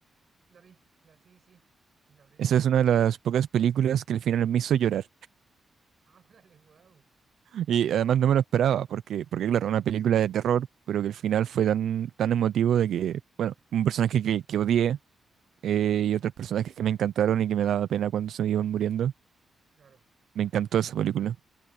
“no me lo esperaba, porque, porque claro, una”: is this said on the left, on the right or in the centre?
Right